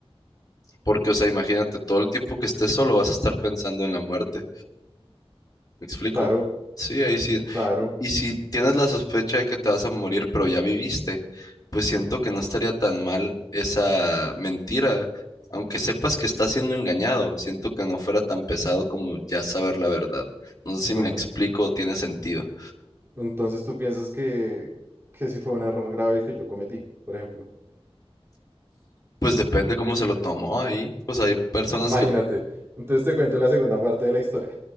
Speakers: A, on the left; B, on the right.
A: porque, o sea, imagínate, todo el tiempo que estés solo vas a estar pensando en la muerte. Me explico.
B: Claro,
A: Sí, ahí sí.
B: claro.
A: Y, y si tienes la sospecha de que te vas a morir, pero ya viviste, pues siento que no estaría tan mal esa mentira, aunque sepas que estás siendo engañado. Siento que no fuera tan pesado como ya saber la verdad. No sé si
B: Mm.
A: me explico o tiene sentido.
B: Entonces tú piensas que, que sí fue un error grave el que yo cometí, por ejemplo.
A: Pues depende cómo se lo tomó ahí. Pues hay personas
B: Imagínate.
A: que,
B: Entonces te cuento la segunda parte de la historia.